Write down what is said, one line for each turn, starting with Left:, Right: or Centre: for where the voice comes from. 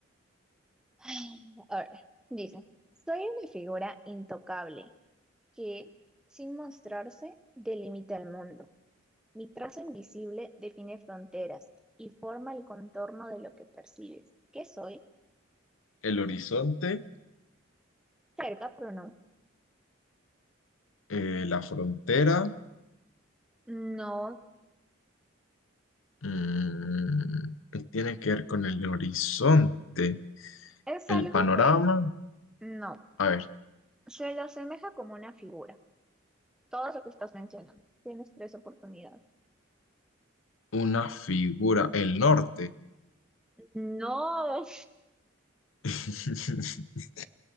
Centre: <sighs> A ver. Dice. Soy una figura intocable. que, sin mostrarse, delimita el mundo. Mi trazo invisible define fronteras y forma el contorno de lo que percibes. ¿Qué soy?
Left: El horizonte,
Centre: Cerca, pero no.
Left: eh, la frontera.
Centre: No,
Left: mm, ¿qué tiene que ver con el horizonte?
Centre: es
Left: El
Centre: algo
Left: panorama.
Centre: que no.
Left: A ver.
Centre: Se lo asemeja como una figura. Todo lo que estás mencionando. Tienes tres oportunidades.
Left: Una figura, el norte.
Centre: No,
Left: <laughs>